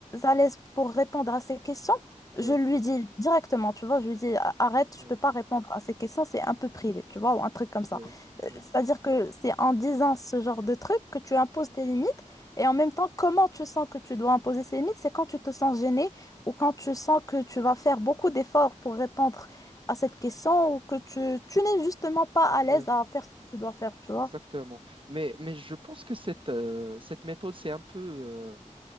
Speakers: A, on the left; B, on the right.
A: à l'aise pour répondre à ces questions, je
B: Oui,
A: lui dis directement, tu vois, je lui dis, arrête,
B: oui,
A: je peux pas répondre à ces questions, c'est un peu privé, tu vois, ou un truc comme ça.
B: oui,
A: C'est-à-dire
B: oui,
A: que c'est en disant ce genre de truc que tu imposes tes limites et en même temps, comment tu sens que tu dois imposer ces limites, c'est quand tu te sens gêné ou quand tu sens que tu vas faire beaucoup d'efforts pour répondre à cette question ou que tu, tu n'es justement pas à l'aise
B: oui.
A: à faire ce que tu dois faire, tu vois.
B: Exactement. Mais, mais je pense que cette, euh, cette méthode, c'est un peu, euh,